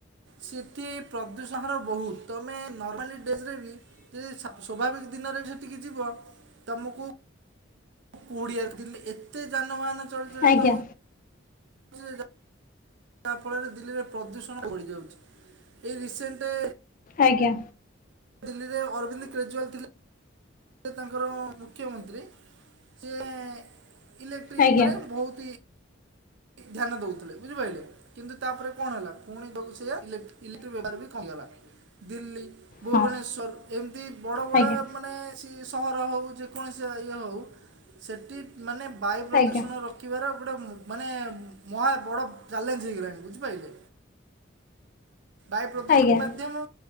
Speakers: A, on the right; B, on the left.
A: ସେଥି ପ୍ରଦୂଷଣ ର ବହୁତ ତୁମେ ନର୍ମାଲି ଡେଜ୍ ବି ଯଦି ସ୍ୱାଭାବିକ ଦିନରେ ବି ସେଠିକି ଯିବ ତମୁକୁ କୋଡିଆ ରେ ଦିଲ୍ଲି ଏତେ ଯାନବାହାନ ଚଳଚଳିତ
B: ଆଜ୍ଞା
A: ହଉ
B: ଆଜ୍ଞା
A: ଯାହା ଫଳରେ ଦିଲ୍ଲୀରେ ପ୍ରଦୂଷଣ ବଢ଼ିଯାଉଚି ଏଇ ରିସେଣ୍ଟେ
B: ଆଜ୍ଞା।
A: ଦିଲ୍ଲୀରେ ଅରବିନ୍ଦ କେଜ୍ୱାଲ ଥିଲେ ସେ ତାଙ୍କର ମୁଖ୍ୟମନ୍ତ୍ରୀ ସେ ଇଲେକ୍ଟ୍ରି
B: ଆଜ୍ଞା
A: ଉପରେ
B: ଆଜ୍ଞା
A: ବହୁତି ଧ୍ୟାନ ଦଉଥିଲେ ବୁଝିପାଇଲେ କିନ୍ତୁ ତାପରେ କଣ ହେଲା ପୁଣି ଯୋଉକୁ ସେଆ ଇଲେକ୍ଟ୍ରି ବ୍ୟବହାର କମି ଗଲା ଦିଲ୍ଲୀ ଭୁବନେଶ୍ୱର
B: ହଁ
A: ଏମିତି ବଡ଼ ବଡ଼
B: ଆଜ୍ଞା
A: ମାନେ ଛି ସହର ହଉ ଯେକୌଣସି ଇଏ ହଉ ସେଠି ମାନେ ବାୟୁ ପ୍ରଦୂଷଣ
B: ଆଜ୍ଞା
A: ରୋ କିବାର ଗୋଟେ ମାନେ ମହା ବଡ ଚ୍ୟାଲେଞ୍ଜ୍ ହେଇଗଲାଣି ବୁଝିପାଇଲେ ବାୟୁ ପ୍ରଦୂଷଣ
B: ଆଜ୍ଞା
A: ମାଧ୍ୟମ